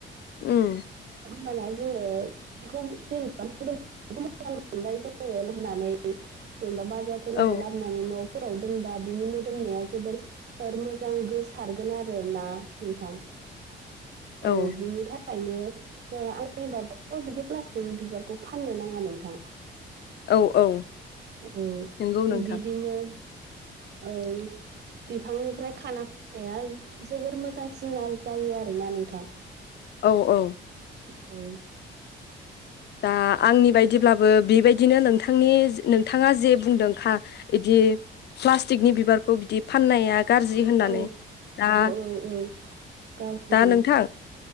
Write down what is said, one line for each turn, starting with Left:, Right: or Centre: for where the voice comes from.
Left: ओम
Right: होमबाना जोंङो बेखौ जेनेबा मोजां मोनबाय जोंङो लुनानै जेनेबा बाजारफोरनिफ्राय
Left: औ
Right: लाबोनानै न' न'फोराव दोनबा बिनि मोदोमनाया जोबोर मोजां गोसारगोन आरोना नोंथां औ
Left: औ
Right: बिनि थाखाय ओंखायनो आंनिबाथ' बिदि प्लास्टिकनि बिबारखौ फाननो नाङा नोंथां
Left: औ औ
Right: औ
Left: नंगौ नोंथां
Right: बिदिनो औ बिफांनिफ्राय खाना नाया जोबोर मोजांसिन जायो आरोना नोंथां
Left: औ औ
Right: औ
Left: दा आंनि बायदिब्लाबो बेबायदिनो नोंथांनि नोंथाङा जे बुंदों खा बिदि प्लास्टिकनि बिबारखौ बिदि फाननाया गाज्रि होननानै
Right: औ
Left: दा
Right: औ औ गाज्रि
Left: दा नोंथां